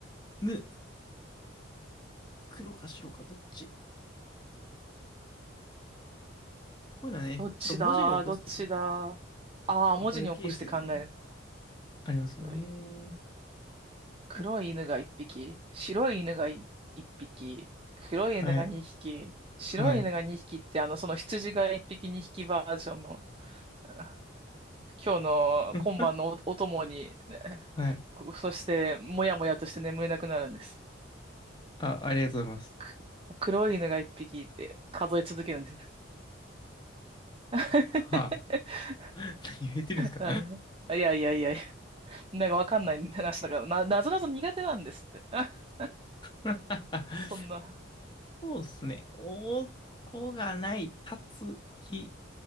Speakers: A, on the left; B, on the right.
A: む。黒か白かどっちこういうのはね、
B: どっちだ、
A: ちょっと文字に起こすとね
B: どっちだ。ああ、
A: わかるケースがね、
B: 文字に起こして考える。
A: ありますよね。
B: 黒い犬が一匹、
A: お
B: 白い犬がい一匹、黒い犬が二匹、
A: はい。
B: 白い犬が二匹って、
A: はい。
B: あの、その羊が一匹二匹バージョンの、あ今日の今晩のお、
A: うん
B: お供に、ね
A: はい。
B: そして、もやもやとして眠れなくなるんです。
A: あ、ありがとうございます。
B: く黒い犬が一匹って数え続けるんです。<laughs>
A: はあ。<laughs> 何言ってるんですか
B: なるほどいやいやいやいやなんかわかんない話だから、な、なぞなぞ苦手なんですって。<laughs>
A: <laughs>
B: そんな。
A: そうっすね。音がない、立つ日。